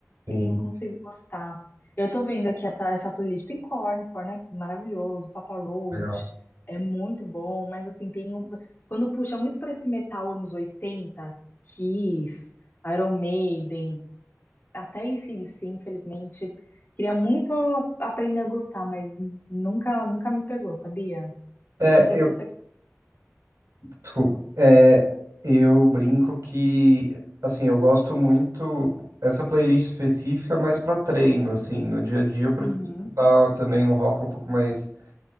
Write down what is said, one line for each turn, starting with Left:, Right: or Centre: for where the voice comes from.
Right: Sim,
Left: eu não consigo gostar. Eu tô vendo aqui essa, essa playlist. Tem Korn, Korn é maravilhoso, Papa Roach
Right: legal.
Left: é muito bom, mas assim, tem um, quando puxa muito pra esse metal anos 80, Kiss, Iron Maiden, até AC/DC, infelizmente, queria muito a- aprender a gostar, mas nunca, nunca me pegou, sabia?
Right: É,
Left: Não sei
Right: eu,
Left: se você...
Right: desculpa, é, eu brinco que, assim, eu gosto muito essa playlist específica mais pra treino, assim, no dia a dia eu prefiro
Left: Uhum.
Right: escutar também um rock um pouco mais,